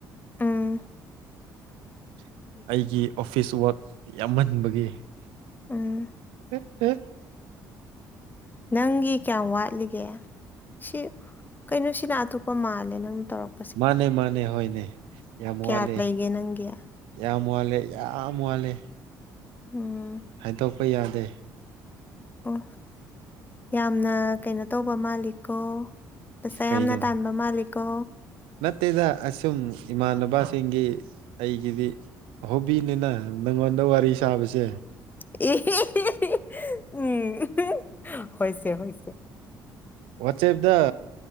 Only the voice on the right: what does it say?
<unintelligible>
ꯑꯩꯒꯤ ꯑꯣꯐꯤꯁ ꯋꯥꯛ ꯌꯥꯝꯃꯟꯕꯒꯤ
ꯍꯨ ꯍꯨꯝ
ꯃꯥꯅꯦ ꯃꯥꯅꯦ ꯍꯣꯏꯅꯦ ꯌꯥꯝ
ꯋꯥꯠꯂꯤ
ꯌꯥꯝ ꯋꯥꯜꯂꯤ ꯌꯥꯝ ꯋꯥꯠꯂꯦ
ꯍꯥꯏꯗꯣꯛꯄ ꯌꯥꯗꯦ
ꯀꯩꯅꯣ
ꯅꯠꯇꯦꯗ ꯑꯁꯨꯝ ꯏꯃꯥꯟꯅꯕꯁꯤꯡꯒꯤ ꯑꯩꯒꯤꯗꯤ ꯍꯣꯕꯤꯅꯤꯅ ꯅꯪꯉꯣꯟꯗ ꯋꯥꯔꯤ ꯁꯥꯕꯁꯦ
ꯋꯥꯆꯦꯞꯗ